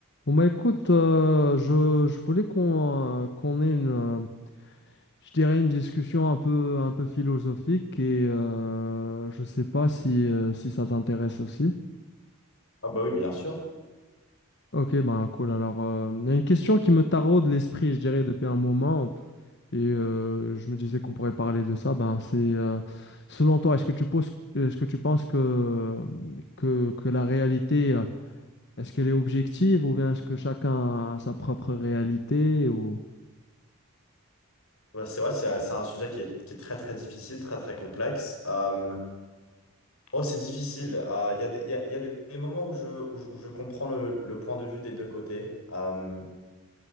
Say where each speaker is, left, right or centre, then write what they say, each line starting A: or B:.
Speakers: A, on the left; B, on the left.
A: Bon bah écoute, euh, je, je voulais qu'on euh, qu'on ait une, euh, je dirais une discussion un peu, un peu philosophique et euh, je sais pas si, euh, si ça t'intéresse aussi.
B: Ah bah oui, bien sûr.
A: Ok, ben cool. Alors, euh, il y a une question qui me taraude l'esprit, je dirais, depuis un moment et euh, je me disais qu'on pourrait parler de ça. Ben c'est, euh, selon toi, est-ce que tu poses, est-ce que tu penses que, que, que la réalité, euh, est-ce qu'elle est objective ou bien est-ce que chacun a sa propre réalité ou...
B: Ouais, c'est vrai, c'est un c'est un sujet qui est, qui est très très difficile, très très complexe. Euh, oh, c'est difficile. Euh, Il y a des, il y a- il y a des des moments où je, où je, où je comprends le, le point de vue des deux côtés. Euh,